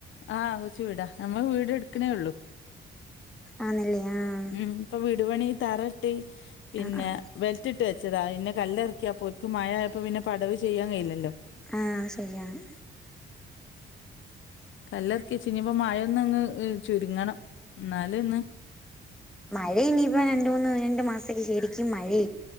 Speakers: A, on the left (about 75°); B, in the centre.
A: ആഹ് കൊചുവിടാ നമ്മ വീട് എടുക്കണേ ഒള്ളു
B: ആന്നല്ലേ ആഹ്
A: ഉം ഇപ്പ വീ വീടുപണി തറെട്ട് പിന്നെ
B: ആഹ് ആഹ്
A: വെൽ വെച്ചതാ ഇന്ന് കല്ലെറി ക്ക പൊയ്ക്ക് മഴയായപ്പോ പിന്നെ പടവ് ചെയ്യാൻ കയില്ലല്ലോ
B: ആഹ് ശരിയാണ്
A: കല്ലെറിക്കിച്ച് ഇനിപ്പോ മഴൊന്ന് അങ്ങ് ചുരുങ്ങണം എന്നാലെ ഇന്ന്
B: മഴ ഇനിയിപ്പ രണ്ടൂന്ന് രണ്ടു മാസം ശരിക്കും മഴേ